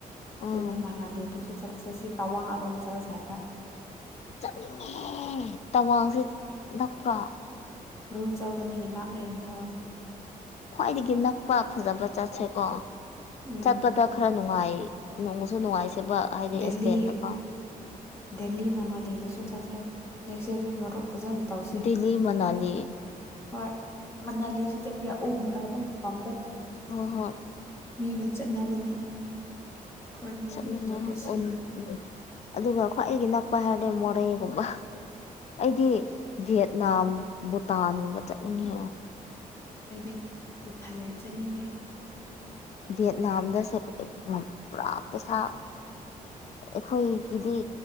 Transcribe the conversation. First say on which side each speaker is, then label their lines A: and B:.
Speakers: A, on the left; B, on the left.
A: ꯑꯗꯨꯅꯦ
B: ꯎꯝ
A: ꯃꯅꯥꯂꯤꯗꯁꯨ ꯆꯠꯂꯁꯦ ꯁꯤ ꯇꯋꯥꯡ ꯑꯔꯣꯟꯖꯔꯁ ꯁꯥꯏꯗ
B: ꯆꯠꯅꯤꯡꯉꯦ ꯇꯋꯥꯡꯁꯦ ꯅꯛꯄ꯭ꯔꯥ
A: ꯑꯔꯨꯟꯆꯜꯗꯅꯦ ꯅꯛꯑꯦ ꯍꯣꯏ
B: ꯈ꯭ꯋꯥꯏꯗꯒꯤ ꯅꯛꯄ ꯐꯖꯕ ꯆꯠꯁꯦꯀꯣ
A: ꯎꯝ
B: ꯆꯠꯄꯗ ꯈꯔ ꯅꯨꯡꯉꯥꯏ ꯅꯨꯡ ꯗꯨ ꯅꯨꯡꯉꯥꯏꯖꯕ ꯍꯥꯏꯗꯤ
A: ꯗꯦꯜꯂꯤ
B: ꯑꯦꯁꯄꯦꯟꯗ ꯀꯣ
A: ꯗꯦꯜꯂꯤ ꯃꯅꯥꯂꯤꯗꯁꯨ ꯆꯠꯁꯦ ꯅꯦꯛꯁ ꯌꯔ ꯃꯔꯨꯞ ꯐꯖꯟꯅ ꯇꯧꯁꯦ
B: ꯗꯦꯜꯂꯤ <inaudible>
A: ꯍꯣꯏ ꯃꯅꯂꯤꯁꯨ ꯆꯠꯄ ꯌꯥꯢ ꯎꯟ ꯇꯥꯕ ꯃꯐꯝꯗ
B: ꯍꯣꯏ ꯍꯣꯏ
A: ꯃꯤꯅ ꯆꯠꯅꯕꯅꯤ ꯈꯣꯏ ꯃꯤ
B: ꯆꯠꯅꯤꯡꯉꯦ
A: ꯅꯣꯔꯠ ꯏꯁꯁꯤꯡꯅ
B: ꯎꯟ ꯎꯝ ꯑꯗꯨꯒ ꯈ꯭ꯋꯥꯏꯗꯒꯤ ꯅꯛꯄ ꯍꯥꯏꯔꯗꯤ ꯃꯣꯔꯦꯒꯨꯝꯕ ꯑꯩꯗꯤ ꯚꯦꯠ ꯅꯥꯝ ꯚꯨꯇꯥꯟꯒꯨꯝꯕ ꯆꯠꯅꯤꯡꯉꯤ
A: ꯑꯩꯗꯤ ꯊꯥꯏꯂꯦꯟ ꯆꯠꯅꯤꯡꯉꯦ
B: ꯚꯌꯦꯠꯅꯥꯝꯗ ꯁꯦ ꯃꯝ ꯄꯨꯔꯥ ꯄꯩꯁꯥ ꯑꯈꯣꯏꯒꯤꯗꯤ